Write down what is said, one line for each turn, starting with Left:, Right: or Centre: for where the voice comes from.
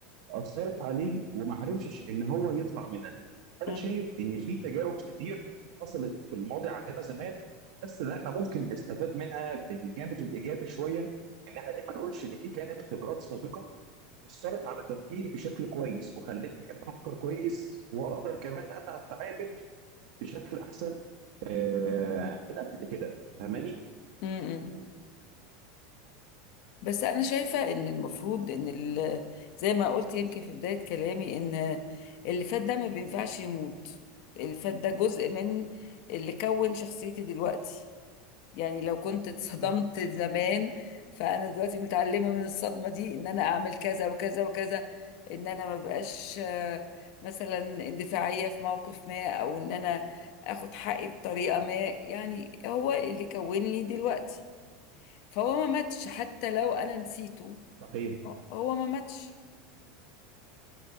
Right: أثرت عليه وما عرفش ان هو يطلع منها انا
Left: مم.
Right: شايف ان في تجارب كتير حصلت في الماضي عندنا زمان بس ان احنا ممكن نستفاد منها بالجانب الإيجابي شوية ان احنا ليه ما نقولش ان دي كانت خبرات سابقة أثرت على تفكيري بشكل كويس وخلتني أفكر كويس وأقدر كمان أنا أتعامل بشكل أحسن آه، من قبل كده فاهماني؟
Left: امم بس انا شايفه ان المفروض ان ال- زي ما قلت يمكن في بدايه كلامي ان اللي فات ده ما بينفعش يموت اللي فات ده جزء من اللي كون شخصيتي دلوقتي يعني لو كنت اتصدمت
Right: صح
Left: زمان فانا دلوقتي متعلمه من الصدمه دي ان انا اعمل كذا وكذا وكذا ان انا ما بقاش آه، مثلا اندفاعيه في موقف ما او ان انا اخد حقي بطريقه ما يعني هو اللي كونني دلوقتي فهو ما ماتش حتى لو انا نسيته
Right: صحيح
Left: هو ما ماتش